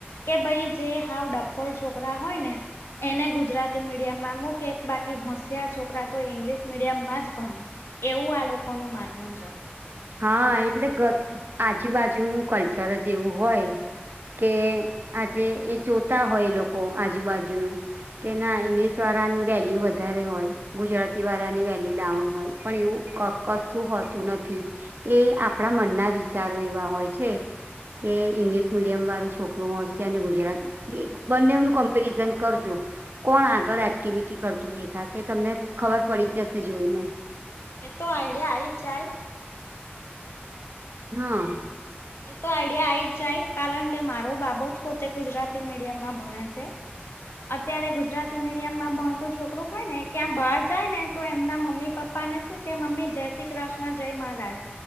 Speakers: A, on the left; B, on the right.
A: કે ભાઈ જે હાવ ડફોર છોકરા હોય ને. એને ગુજરાતી મીડિયમ માં મૂકે બાકી હોશિયાર છોકરા તો ઈંગ્લિશ મીડિયમ માં જ ભણે. એવું આ લોકો નું માનવું છે.
B: હા એટલે આજુબાજુનું કલ્ચર એવું હોય. કે આજે એ જોતા હોય લોકો આજુબાજુનું. કે ના ઈંગ્લિશ વારાની વેલ્યુ વધારે હોય, ગુજરાતી વારાની વેલ્યુ ડાઉન હોય. પણ એવું કશું હોતું નથી. એ આપણા મનના વિચારો એવા હોય છે. કે ઈંગ્લિશ મીડિયમ વારુ છોકરું હોશીયાર અને ગુજરાત બંને ઓનુ કમ્પેરિઝન કરજો. કોણ આગળ એક્ટિવિટી કરતું દેખાશે તમને ખબર પડી જ જશે જોઈને.
A: એ તો આઈડિયા આઈજ જાય.
B: હ.
A: એ તો આઈડિયા આઈ જ જાય કારણ કે મારો બાબો જ પોતે ગુજરાતી મીડિયમમાં ભણે છે. અત્યારે ગુજરાતી મીડિયમ માં ભણતું છોકરું હોય ને ક્યાં બહાર જાય ને તો એમના મમ્મી પપ્પા પપ્પાને શું કે મમ્મી જય શ્રી કૃષ્ણ જય મહારાજ.